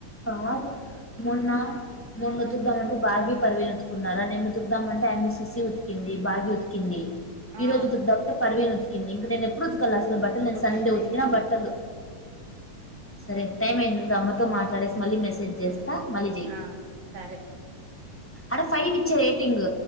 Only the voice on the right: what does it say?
ఆ
ఆ
సబ్బు
టైం అయిందిలే
ఆ సరే